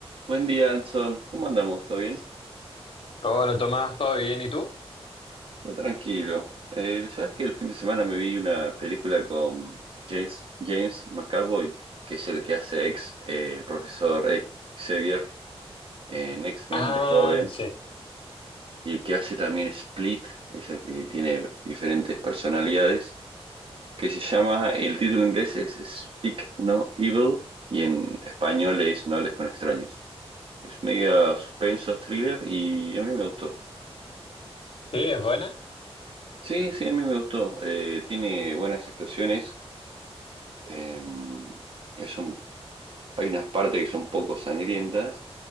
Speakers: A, on the right (about 55°); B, on the left (about 60°).
A: Buen día, Anson. ¿Cómo andamos? ¿Todo bien?
B: Hola Tomás, ¿todo bien? ¿Y tú?
A: Todo tranquilo. Eh, ¿sabes que el fin de semana me vi una película con James, James McAvoy, que es el que hace ex eh, profesor Xavier en X-Men
B: Ah,
A: de joven,
B: sí.
A: y que hace también Split, esa que tiene diferentes personalidades, que se llama, el título en inglés es Speak No Evil, y en español es No hables con extraños. Es media suspenso, thriller, y a mí me gustó.
B: Sí, es buena.
A: Sí, sí, a mí me gustó. Eh, tiene buenas actuaciones. Eh, es un, hay unas partes que son poco sangrientas,